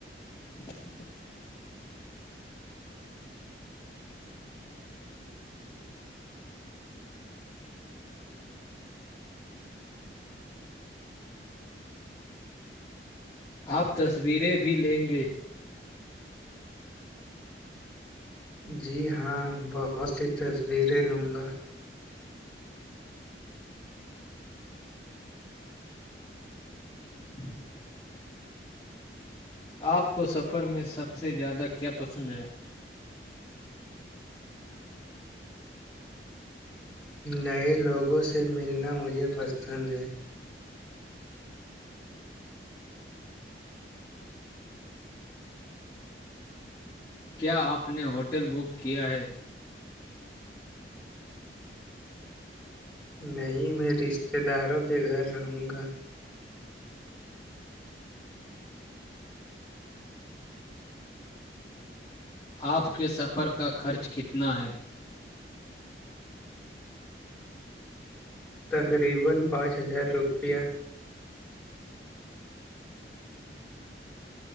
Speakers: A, on the left; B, in the centre.
A: <unintelligible> آپ تصویریں بھی لیں گے
B: جی ہاں بہت سی تصویریں لوں گا
A: <unintelligible> آپ کو سفر میں سب سے زیادہ کیا پسند ہے
B: نئے لوگوں سے ملنا مجھے پسند ہے
A: کیا آپ نے ہوٹل بک کیا ہے
B: نہیں میں رشتتے داروں کے گھر رہوں گا
A: آپ کے سفر کا خرچ کتنا ہے
B: تقریبا پانچ ہزار روپیہ